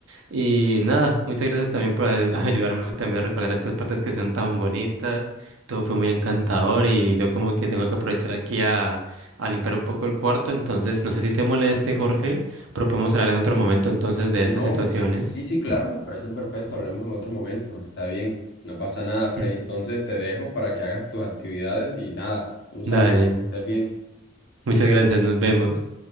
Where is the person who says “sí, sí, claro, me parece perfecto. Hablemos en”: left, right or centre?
Left